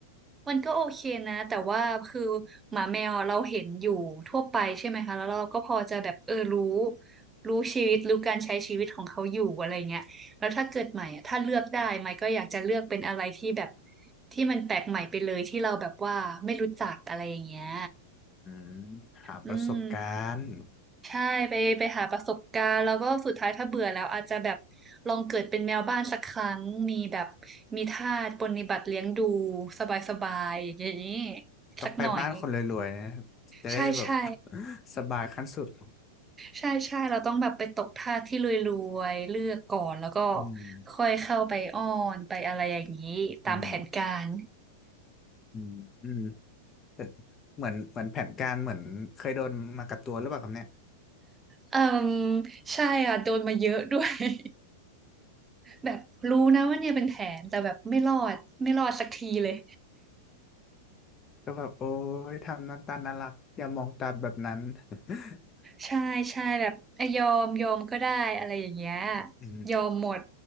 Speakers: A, on the right; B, on the left.
A: มันก็โอเคนะแต่ว่าคือหมาแมวอะเราเห็นอยู่ทั่วไปใช่ไหมคะแล้วเราก็พอจะแบบเออรู้รู้ชีวิตรู้การใช้ชีวิตของเขาอยู่อะไรเงี้ยแล้วถ้าเกิดใหม่อะถ้าเลือกได้ใหม่ก็อยากจะเลือกเป็นอะไรที่แบบที่มันแปลกใหม่ไปเลยที่เราแบบว่าไม่รู้จักอะไรอย่างเงี้ย
B: อืมหาประสบการณ์
A: อืม ใช่ไปไปหาประสบการณ์แล้วก็สุดท้ายถ้าเบื่อแล้วอาจจะแบบลองเกิดเป็นแมวบ้านสักครั้งมีแบบมีทาสปรนนิบัติเลี้ยงดูสบายๆอย่างนี้
B: ต้องไปบ้านคนรวยๆนะ
A: สักหน่อย
B: จะได้แบบ
A: ใช่ใช่
B: <laughs> สบายขั้นสุด
A: ใช่ใช่เราต้องแบบไปตกทาสที่รวยๆเลือกก่อนแล้วก็
B: อืม
A: ค่อยเข้าไปอ้อนไปอะไรอย่างนี้ตามแผนการ
B: อืมอืมอืมเอ่อเหมือนเหมือนแผนการเหมือนเคยโดนมากับตัวหรือเปล่าครับเนี่ย
A: เอ่มใช่อ่ะโดนมาเยอะด้วย <laughs> แบบรู้นะว่าเนี่ยเป็นแผนแต่แบบไม่รอดไม่รอดสักทีเลย
B: ก็แบบโอ้ยทำหน้าตาน่ารักอย่ามองตาแบบนั้น <laughs>
A: ใช่ใช่แบบเอ้ยยอมยอมก็ได้อะไรอย่างเงี้ย
B: อื
A: ยอมหมด